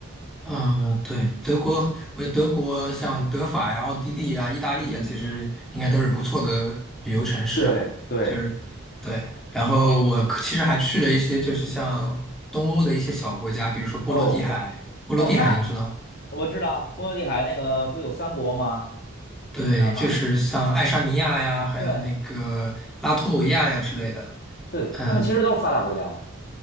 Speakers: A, in the centre; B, on the left (about 45°).
A: 嗯，对，德国，我觉得德国像德法呀、奥地利呀、意大利呀，
B: 嗯嗯，
A: 其实应该都是不错的旅游城市啊。
B: 对对，
A: 就是对，然后我可其实还去了一些就是像东欧的一些小国家，比如说波罗的海，
B: 哦
A: 波罗的海您知道
B: 哦，那我知道波罗的海那个不有三国吗？
A: 对，
B: 那儿吗？
A: 就是像爱沙尼亚呀，还有那个拉脱维亚呀之类的。
B: 对对，
A: 嗯，
B: 他们其实都是发达国家吧？